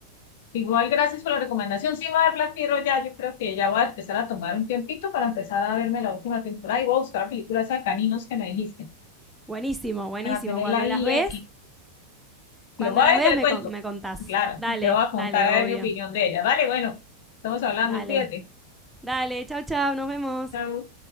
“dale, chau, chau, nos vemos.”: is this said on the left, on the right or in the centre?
Centre